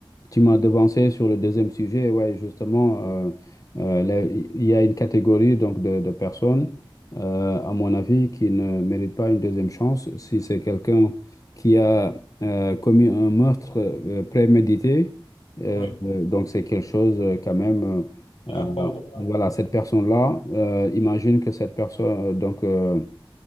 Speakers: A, on the left; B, on the left.
A: tu m'as devancé sur le deuxième sujet. Ouais, justement, euh, euh, là, il y a une catégorie donc de, de personnes, euh, à mon avis, qui ne méritent pas une deuxième chance. Si c'est quelqu'un qui a euh, commis un meurtre euh, prémédité, euh,
B: Oui,
A: euh, donc c'est quelque chose euh, quand même. euh, euh,
B: et impardonnable.
A: voilà, cette personne-là, euh, imagine que cette personne, euh, donc, euh,